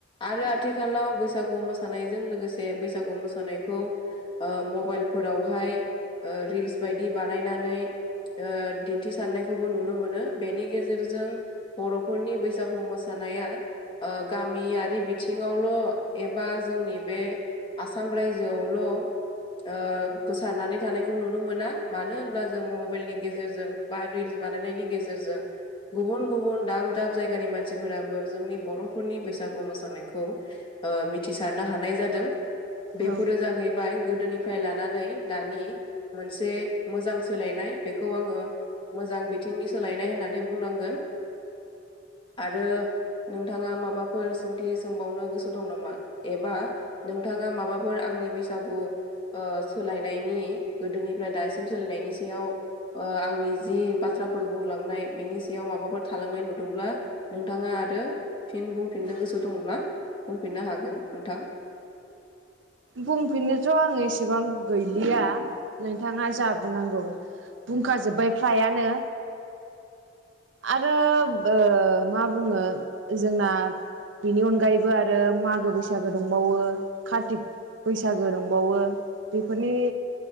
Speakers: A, on the left (about 25°); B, on the right (about 75°).
A: आरो आथिखालाव बैसागु मोसानायजों लोगोसे बैसागु मोसानायखौ ओ मबाइलफोरावहाय ओ रिल्स बायदि बानायनानै ओ दिन्थिसारनायखौबो नुनो मोनो बेनि गेजेरजों बर'फोरनि बैसागु मोसा नाया ओ गामियारि बिथिङावल' एबा जोंनि बे आसाम रायजोआवल' ओ गोसारनानै थानायखौ नुनो मोना मानो होनब्ला जों मबाइलनि गेजेरजों बा रिल्स बानायनायनि गेजेरजों गुबुन गुबुन दाम दाब जायगानि मानसि फोराबो जोंनि बर'फोरनि बैसागु मोसानायखौ ओ मिथिसारनो हानाय जादों बेफोरो
B: औ
A: जाहै फ्राय गोदोनिफ्राय लानानै दानि मोनसे मोजां सोलायनाय बेखौ आङो मोजां बिथिंनि सोलायनाय होननानै बुंनांगोन आरो नोंथाङा माबाफोर सोंथि सोंबावनो गोसो दं नामा एबा नोंथाङा माबाफोर आंनि बैसागु ओ सोलायनायनि गोदोनिफ्राय दासिम सोलायनायनि सायाव ओ आंनि जि बाथ्राफोर बुंलांनाय बिनि सायाव माबाफोर थालांनाय नुदोंब्ला नोंथाङा आरो फिन बुंफिननो गोसो दंब्ला बुंफिननो हागोन नोंथां
B: बुंफिननोथ' आं एसेबां गैलिया नोंथाङा जा बुंनांगौ बुंखाजोबबाय फ्लायानो आरो ओ मा बुङो जोंना बेनि अनगायैबो आरो मागो बैसागो दंबावो कारतिक बैसागो दंबावो बेफोरनि